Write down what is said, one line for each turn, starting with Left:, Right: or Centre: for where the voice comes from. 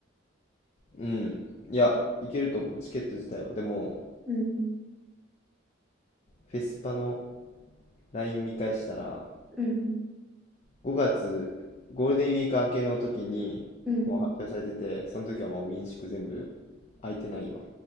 Left: うん。いや、いけると思う。チケット自体は。でも、
Centre: うん、
Left: フェスパの LINE 見返したら、
Centre: うん、
Left: 5月、ゴールデンウィーク明けの時に、
Centre: うん。
Left: もう発表されてて、その時はもう民宿全部空いてないわ。